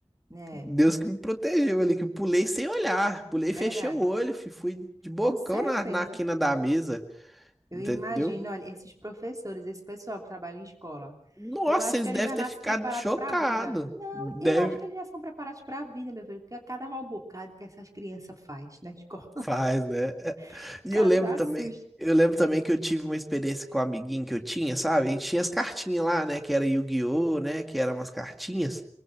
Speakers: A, on the right; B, in the centre.
A: é,
B: Deus que me protegeu ali, que eu pulei sem olhar. Pulei,
A: é verdade.
B: fechei o olho, fi, fui de bocão
A: Com certeza.
B: na, na quina da mesa,
A: Eu
B: entendeu?
A: imagino, olha, esses professores, esse pessoal que trabalha em escola,
B: Nossa,
A: eu acho
B: eles
A: que eles
B: devem
A: já nascem
B: ter ficado
A: preparados
B: chocados.
A: para a vida. Não,
B: Deve...
A: eu acho que eles já são preparados para a vida, meu filho, porque a cada mal bocado que essas crianças faz na escola,
B: Faz, né?
A: <laughs>
B: E
A: cada
B: eu lembro também,
A: susto.
B: eu lembro também que eu tive uma experiência com um amiguinho que eu tinha, sabe? A gente tinha as cartinhas lá, né? Que era Yu-Gi-Oh, né? Que eram umas cartinhas.